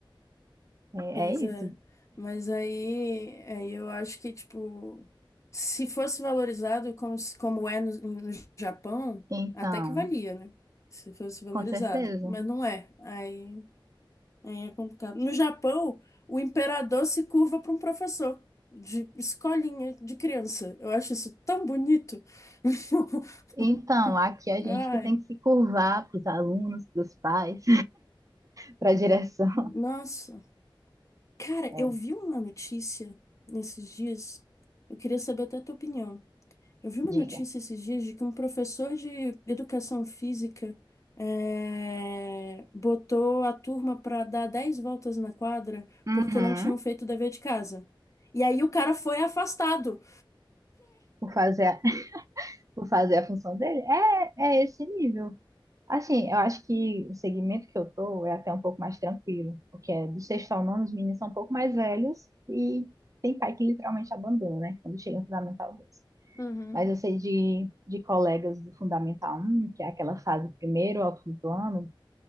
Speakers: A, on the right (about 40°); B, on the left (about 35°).
A: É,
B: Pois
A: é
B: é.
A: isso.
B: Mas aí, aí eu acho que, tipo, se fosse valorizado como, se- como é no, no Japão,
A: Então,
B: até que valia, né? Se fosse valorizado.
A: com certeza.
B: Mas não é. Aí, aí é complicado. No Japão, o imperador se curva para um professor de escolinha de criança. Eu acho isso tão bonito. <laughs>
A: Então, aqui é a gente
B: Ai,
A: que tem que se curvar para os alunos, para os pais. para a direção.
B: nossa.
A: <laughs>
B: Cara,
A: É,
B: eu vi uma notícia nesses dias. Eu queria saber até a tua opinião. Eu vi uma
A: diga.
B: notícia esses dias de que um professor de educação física eh, botou a turma para dar 10 voltas na quadra
A: Uhum.
B: porque não tinham feito o dever de casa. E aí o cara foi afastado.
A: Por fazer, a, <laughs> por fazer a função dele. É, é esse nível. Assim, eu acho que o segmento que eu tô é até um pouco mais tranquilo, porque é do sexto ao nono os meninos são um pouco mais velhos e tem pai que literalmente abandona, né? Quando chega no Fundamental 2.
B: Uhum.
A: Mas eu sei de, de colegas do Fundamental um, que é aquela fase primeiro ao quinto ano,